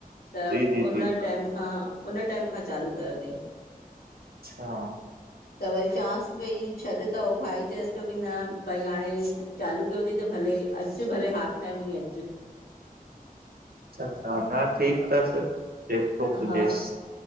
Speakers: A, on the left; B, on the right.
A: त
B: जी जी
A: उन
B: जी
A: टाइम खां, उन टाइम खां चालू कयो तई।
B: अच्छा
A: त वरी चांसि पई, छॾ त हु भाई चएसि पियो की न भई हाणे चालू कयो थई त भले अचु, भले हाफ टाइम ई अचु
B: च्छा हा ठीकु तसि। जेको पुजेस
A: हा